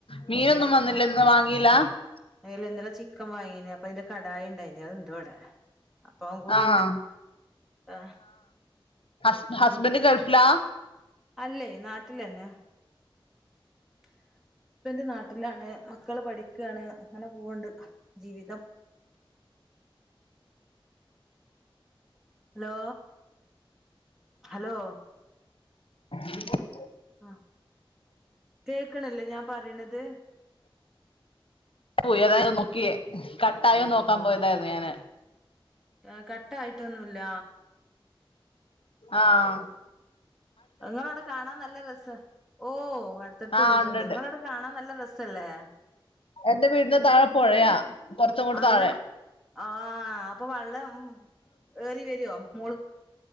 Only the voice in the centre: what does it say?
അയല്ല ഇന്നലെ ചിക്കൻ വാങ്ങിന ഇപ്പൊ അയ്‌ന്റെകടായി ഉണ്ടായിനി അത് ഉണ്ട് ഇവിടെ അപ്പൊ അതും കൂടിണ്ട്
ആഹ്
ഉം
അല്ലേ നാട്ടിലന്നെ ഹസ്ബെൻറ് നാട്ടിലാണ് മക്കള് പഠിക്കുകയാണ് അങ്ങനെ പോവുണ്ട് ജീവിതം ഹലോ ഹലോ
ആ കേക്കണില്ലേ ഞാൻ പറയണത്
ആ <unintelligible> കട്ടയിട്ടൊന്നുല്ല
നിങ്ങൾവിടെ കാണാൻ നല്ല രസാ ഓ അടുത്തടുത്ത്
വീടുണ്ട്
നിങ്ങള അവിടെ കാണാൻ നല്ല രസല്ലേ
നല്ല
ആഹ അപ്പൊ വെള്ളം ഏറി വരുവോ മോള്